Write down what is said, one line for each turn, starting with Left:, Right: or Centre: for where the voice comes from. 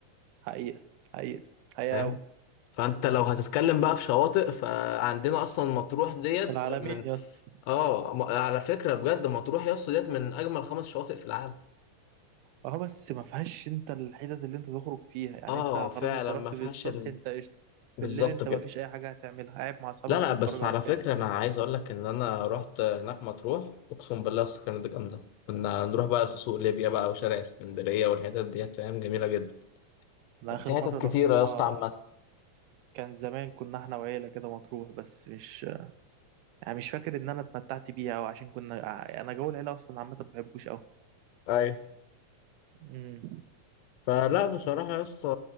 Right: حقيقة حقيقة حقيقة
Left: فاهم
Right: أوي
Left: فانت لو هتتكلم بقى في شواطئ فعندنا اصلا مطروح ديت
Right: العالمين
Left: من
Right: يا اسطى
Left: اه م- على فكرة بجد مطروح يا اسطى ديت من اجمل خمس شواطئ في العالم
Right: اه بس ما فيهاش انت الحتت اللي انت تخرج فيها يعني
Left: اه
Right: انت
Left: فعلا
Right: خلاص انت رحت
Left: ما فيهاش
Right: بالصبح
Left: ال...
Right: انت قشطه
Left: بالظبط
Right: بالليل انت
Left: كده
Right: ما فيش اي حاجه هتعملها قاعد مع اصحابك
Left: لا لا
Right: بتتفرج
Left: بس
Right: على
Left: على
Right: فيلم
Left: فكرة انا عايز اقول لك ان انا رحت هناك مطروح اقسم بالله يا اسطى كانت جامدة كنا نروح بقى سوق ليبيا بقى وشارع اسكندرية والحتت ديت فاهم جميلة جدا
Right: انا اخر
Left: في حتت
Right: مره رحتها
Left: كتيرة يا اسطى عامة
Right: كان زمان كنا احنا وعيله كده مطروح بس مش يعني مش فاكر ان انا اتمتعت بيها او عشان كنا آه، انا جو العيله اصلا عامه ما بحبوش قوي
Left: ايوه
Right: امم
Left: فلا بصراحة يا اسطى